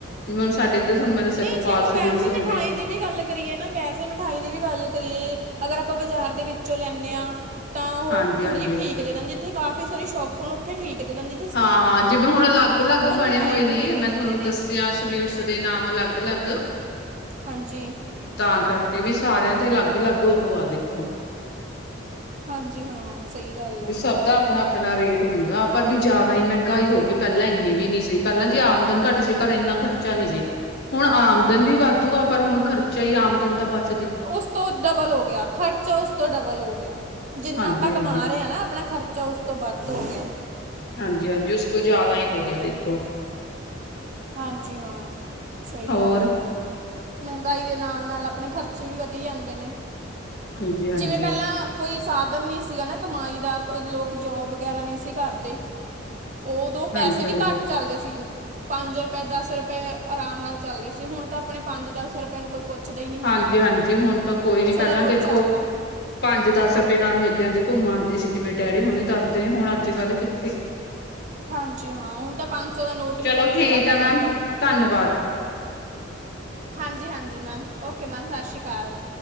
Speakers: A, on the left (about 55°); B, on the right (about 35°).
A: ਜਿਵੇਂ ਹੁਣ ਸਾਡੇ ਇੱਧਰ ਨਾ, ਮੈਂ ਦੱਸਿਆ
B: ਨਹੀਂ
A: ਗੋਪਾਲ
B: ਜੀ ਆਪਾਂ
A: ਸਵੀਟਸ
B: ਵੈਸੇ
A: ਹੋ
B: ਮਿਠਾਈ
A: ਗਏ।
B: ਦੀ ਵੀ ਗੱਲ ਕਰੀਏ ਨਾ ਵੈਸੇ ਮਿਠਾਈ ਦੀ ਵੀ ਗੱਲ ਕਰੀਏ ਅਗਰ ਆਪਾਂ ਬਾਜ਼ਾਰ ਦੇ ਵਿੱਚੋਂ ਲੈਂਦੇ ਹਾਂ। ਤਾਂ ਉਹ
A: ਹਾਂਜੀ
B: ਥੋੜੀ
A: ਹਾਂਜੀ
B: ਜਿਹੀ ਠੀਕ ਦੇ‌ ਦਿਦੇ, ਜਿੱਥੇ ਕਾਫੀ ਸਾਰੇ ਸ਼ੋਪਸ ਹੋਣ ਉੱਥੇ ਠੀਕ ਦੇ ਦਿੰਦੀ।
A: ਹਾਂ ਜਿਵੇਂ ਹੁਣ ਅਲੱਗ ਅਲੱਗ ਬਣੇ
B: ਮਿਠਾਈ
A: ਹੋਏ
B: ਵੀ
A: ਨੇ,
B: ਮਹਿੰਗੀ
A: ਮੈਂ
B: ਦਿੰਦੇ
A: ਤੁਹਾਨੂੰ
B: ਨੇ
A: ਦੱਸਿਆ ਸੀ। ਸਵੀਟਸ ਦੇ ਨਾਮ ਅਲੱਗ ਅਲੱਗ।
B: ਹਾਂਜੀ।
A: ਤਾਂ ਕਰਕੇ ਵੀ ਸਾਰਿਆਂ ਤੇ ਅਲੱਗ ਅਲੱਗ ਉਹ ਆ ਦੇਖੋ।
B: ਹਾਂਜੀ ਹਾਂ। ਸਹੀ ਗੱਲ ਹੈ
A: ਸਭ ਦਾ ਆਪਣਾ। ਹੁਣ ਆਪਣਾ ਰੇਟ ਹੁੰਦਾ, ਪਰ ਵੀ ਜਿਆਦਾ ਹੀ ਮਹਿੰਗਾਈ ਹੋ ਗਈ, ਪਹਿਲਾਂ ਇੰਨੀ ਵੀ ਨੀ ਸੀ। ਪਹਿਲਾਂ ਜੀ ਆਮਦਨ ਘੱਟ ਸੀ ਪਰ ਇੰਨਾ ਖਰਚਾ। ਖਰਚਾ ਨੀ ਸੀ, ਹੁਣ ਆਮਦਨ ਵੀ ਵਾਧੂ ਆ ਪਰ ਹੁਣ ਖਰਚਾ ਹੀ ਆਮਦਨ ਤਾਂ ਬਸ।
B: ਉਸ ਤੋਂ ਡਬਲ ਹੋ ਗਿਆ, ਖ਼ਰਚਾ ਉਸ ਤੋਂ ਡਬਲ ਹੋ ਗਿਆ। ਜਿੰਨਾ
A: ਹਾਂਜੀ-ਹਾਂਜੀ।
B: ਆਪਾਂ ਕਮਾ ਰਹੇ ਹਾਂ, ਨਾ ਆਪਣਾ ਖਰਚਾ ਉਸ ਤੋਂ ਵੱਧ ਹੋ ਗਿਆ।
A: ਹਾਂਜੀ ਹਾਂਜੀ, ਉਸ ਤੋਂ ਜ਼ਿਆਦਾ ਹੀ ਹੋ ਗਿਆ ਦੇਖੋ।
B: ਹਾਂਜੀ ਹਾਂ, ਸਹੀ
A: ਹੋਰ
B: ਗੱਲ ਹੈ ਤੁਹਾਡੀ। ਮਹਿੰਗਾਈ ਦੇ ਨਾਲ ਨਾਲ ਆਪਣੇ ਖਰਚੇ ਵੀ ਵਧੀ ਜਾਂਦੇ ਨੇ,
A: ਹਾਂਜੀ-ਹਾਂਜੀ।
B: ਜਿਵੇਂ ਪਹਿਲਾਂ। ਕੋਈ ਸਾਧਨ ਨਹੀਂ ਸੀਗਾ ਨਾ ਕਮਾਈ ਦਾ ਕੋਈ ਲੋਕ ਜੋਬ ਵਗੈਰਾ ਨਹੀਂ ਸੀ ਕਰਦੇ। ਉਦੋ
A: ਹਾਂਜੀ-ਹਾਂਜੀ,
B: ਪੈਸੇ ਵੀ ਘੱਟ ਚੱਲਦੇ ਸੀ। ਪੰਜ ਰੁਪਏ ਦਸ ਰੁਪਏ ਆਰਾਮ ਨਾਲ ਚੱਲਦੇ ਸੀ, ਹੁਣ ਤਾਂ ਆਪਣੇ ਪੰਜ ਦਸ ਰੁਪਏ ਨੂੰ ਕੋਈ ਪੁੱਛਦਾ ਨਹੀਂ। ਹੀ
A: ਹਾਂਜੀ
B: ਹੈਗਾ
A: ਹਾਂਜੀ, ਹੁਣ ਤਾਂ ਕੋਈ ਨੀ ਪਹਿਲਾਂ
B: ਦਾ ਨੋਟ
A: ਦੇਖੋ।
B: ਚੱਲਦਾ
A: ਪੰਜ ਦਸ ਰੁਪਏ ਨਾਲ ਮੇਲਿਆਂ ਤੇ ਘੁੰਮ ਆਉਂਦੇ ਸੀ, ਜਿਵੇਂ ਡੈਡੀ ਹੁਣੀ ਦੱਸਦੇ ਹੁਣ ਅੱਜ ਕੱਲ੍ਹ ਕਿੱਥੇ।
B: ਹਾਂਜੀ ਹਾਂ, ਹੁਣ ਤਾਂ ਪੰਜ ਸੌ ਦਾ ਨੋਟ ਵੀ
A: ਚਲੋ
B: ਕਹਿੰਦੇ
A: ਠੀਕ
B: ਥੋੜ੍ਹਾ ਪੈ
A: ਐ
B: ਜਾਂਦਾ
A: ਮੈਮ
B: ਹੈ।
A: ਧੰਨਵਾਦ
B: ਹਾਂਜੀ ਹਾਂਜੀ, ਮੈਮ ਓਕੇ ਮੈਮ ਸਤਿ ਸ਼੍ਰੀ ਅਕਾਲ।